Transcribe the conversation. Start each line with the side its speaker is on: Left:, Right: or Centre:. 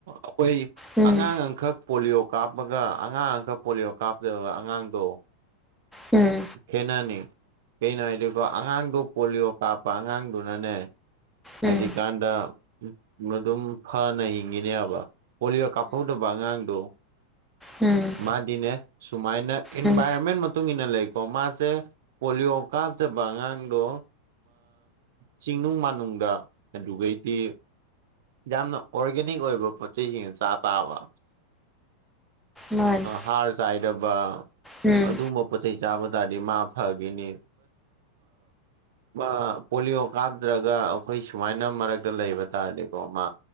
Right: ꯑꯣꯏꯣꯏ
Centre: ꯎꯝ
Right: ꯑꯉꯥꯡ ꯑꯃꯈꯛ ꯄꯣꯂꯤꯑꯣꯣ ꯀꯥꯞꯄꯒ ꯑꯉꯥꯡ ꯑꯃꯈ ꯄꯣꯂꯤꯑꯣ ꯀꯥꯞꯇꯕ ꯑꯉꯥꯡꯗꯣ
Centre: ꯎꯝ
Right: ꯈꯅꯅꯤ ꯀꯩꯅꯣ ꯍꯥꯏꯗꯤꯀꯣ ꯑꯉꯥꯡꯗꯨꯣ ꯄꯣꯂꯤꯑꯣ ꯀꯥꯞꯄ ꯑꯉꯥꯡꯗꯨꯅꯅꯦ ꯍꯧꯖꯤꯛꯀꯥꯟꯗ
Centre: ꯎꯝ
Right: ꯑꯗꯨꯝ ꯐꯅ ꯍꯤꯡꯉꯤꯅꯦꯕ ꯄꯣꯂꯤꯌꯑꯣꯣ ꯀꯞꯄꯕꯨꯣ ꯉꯥꯡꯨ
Centre: ꯎꯝ ꯎꯝ
Right: ꯃꯥꯗꯤꯅꯦ ꯁꯨꯃꯥꯏꯅ ꯏꯟꯚꯥꯏꯔꯣꯟꯃꯦꯟ
Centre: ꯎꯝ
Right: ꯃꯇꯨꯡ ꯂꯩꯀꯣ ꯃꯥꯁꯦ ꯄꯣꯂꯤꯑꯣ ꯀꯥꯞꯇꯕ ꯑꯉꯥꯡꯗꯣ ꯆꯤꯡꯅꯨꯡ ꯃꯥꯅꯨꯡ ꯑꯗꯨꯩꯗꯤ ꯌꯥꯝꯅ ꯑꯣꯔꯒꯥꯦꯅꯤꯛ ꯑꯣꯏꯕ ꯄꯣꯠ ꯆꯩꯁꯤꯡ ꯆꯥ ꯇꯥꯕ
Centre: ꯃꯥꯅꯤ
Right: ꯍꯥꯔ ꯆꯥꯏꯗꯕ
Centre: ꯎꯝ
Right: ꯑꯗꯨꯒꯨꯝꯕ ꯄꯣꯠꯆꯩ ꯆꯥꯕ ꯇꯥꯔꯗꯤ ꯃꯥ ꯍꯥꯏꯅꯤ ꯑ ꯄꯣꯂꯤꯑꯣ ꯀꯥꯞꯗ꯭ꯔꯒ ꯑꯩꯈꯣꯏ ꯁꯨꯃꯥꯏꯅ ꯃꯔꯛꯇ ꯂꯩꯕ ꯇꯥꯔꯗꯤꯀꯣ ꯃꯥ